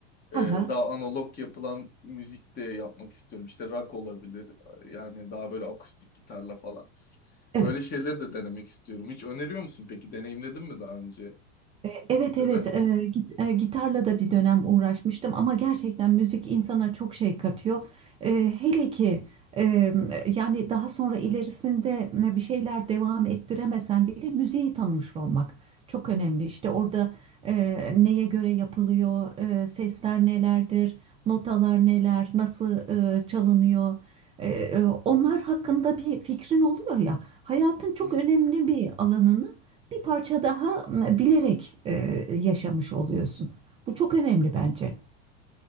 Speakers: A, on the left; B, on the right.
A: e,
B: <laughs>
A: daha
B: Hı
A: analog yapılan müzik de yapmak istiyorum. İşte rock olabilir. Yani daha böyle akustik gitarla falan.
B: Evet.
A: Öyle şeyleri de denemek istiyorum. Hiç öneriyor musun peki? Deneyimledin mi daha önce
B: E, Evet
A: gitarı?
B: evet e, git- e, gitarla da bir
A: Hı.
B: dönem uğraşmıştım ama gerçekten müzik insana çok şey katıyor. E, hele ki e, yani daha sonra ilerisinde e, bir şeyler devam ettiremesen bile müziği tanımış olmak çok önemli. İşte orada e, neye göre yapılıyor, e, sesler nelerdir, notalar neler, nasıl e, çalınıyor. E, e, onlar hakkında bir fikrin oluyor ya hayatın çok
A: Hı?
B: önemli bir alanını bir parça daha bilerek e, yaşamış oluyorsun. Bu çok önemli bence.